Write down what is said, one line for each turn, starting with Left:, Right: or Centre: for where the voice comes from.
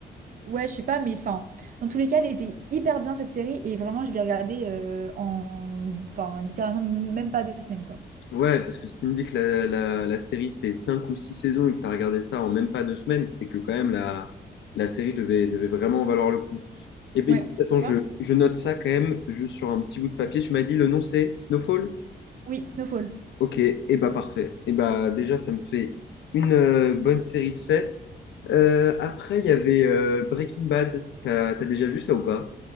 Right: ouais, je sais pas, mais enfin. Dans tous les cas, elle était hyper bien cette série et vraiment, je l'ai regardée euh, en, enfin, littéralement même pas deux semaines, quoi.
Left: Ouais, parce que si tu me dis que la, la, la série fait 5 ou 6 saisons et que tu as regardé ça en même pas deux semaines, c'est que quand même la, la série devait, devait vraiment valoir le coup. Eh bien,
Right: Ouais.
Left: écoute, attends,
Right: Et toi
Left: je, je note ça quand même, juste sur un petit bout de papier. Tu m'as dit le nom c'est Snowfall?
Right: Oui, Snowfall.
Left: Ok, et eh bah parfait. Et bah déjà, ça me fait une euh, bonne série de fêtes. Euh, après, il y avait euh, Breaking Bad. T'as, t'as déjà vu ça ou pas?